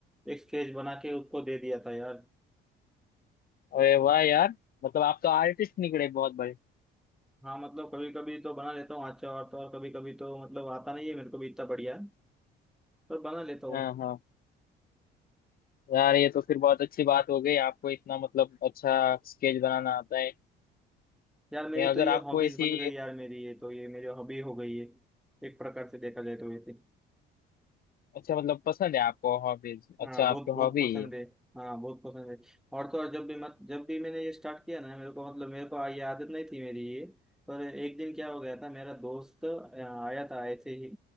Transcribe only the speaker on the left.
अरे वाह यार मतलब आप तो आर्टिस्ट निकले बहुत बड़े
हाँ हाँ यार ये तो फिर बहुत अच्छी बात हो गई आपको इतना मतलब अच्छा स्केच बनाना आता है
ये अगर
आपको
ऐसी
अच्छा मतलब पसंद है आपको हॉबीज अच्छा
आपकी
हॉबी
है